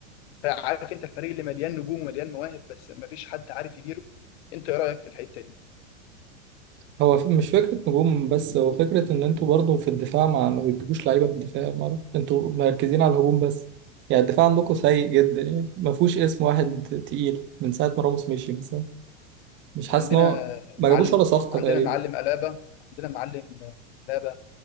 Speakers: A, on the left; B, on the right.
A: عارف انت الفريق اللي مليان نجوم ومليان مواهب بس مفيش حد عارف يديره انت ايه رايك في الحته دي
B: هو ف- مش فكره نجوم بس هو فكره ان انتوا برضو في الدفاع ما, ما بتجيبوش لعيبه في الدفاع مره انتوا مركزين على الهجوم بس يعني الدفاع عندكم سيء جدا يعني ما فيهوش اسم واحد تقيل من ساعه ما راموس مشي مثلا مش حاسس
A: عندنا
B: ان هو ما
A: معلم
B: جابوش ولا صفقه
A: عندنا
B: تقريبا
A: معلم الابا عندنا معلم الابا